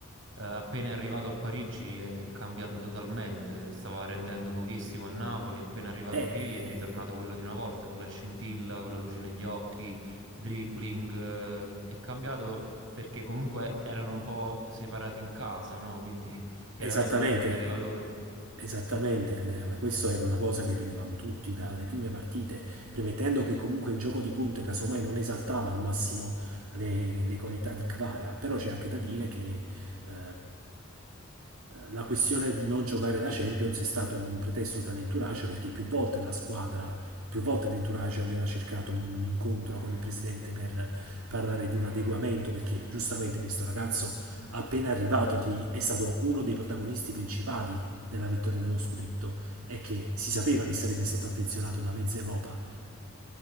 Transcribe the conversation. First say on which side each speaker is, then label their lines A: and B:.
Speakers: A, on the right; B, on the right.
A: eh, appena è arrivato a Parigi è cambiato totalmente. Stava rendendo pochissimo al Napoli, appena è arrivato
B: Eh,
A: lì è
B: eh,
A: ritornato quello di una volta, con la scintilla, con la luce negli occhi, il dribbling. eh, È cambiato perché comunque erano un po' separati in casa, no? Quindi Chiaramente
B: esattamente,
A: lui non vedeva l'ora.
B: Esattamente Andrea, ma questo era una cosa che vedevamo tutti dalle prime partite, premettendo che comunque il gioco di Conte casomai non esaltava al massimo le, le qualità di Kvara, però c'è anche da dire che eh, la questione di non giocare la Champions è stato un pretesto dall'entourage perché più volte la squadra, più volte l'entourage aveva cercato un incontro con il presidente per parlare di un adeguamento perché giustamente questo ragazzo appena arrivato ti- è stato uno dei protagonisti principali della vittoria dello scudetto è che si sapeva che sarebbe stato attenzionato da mezza Europa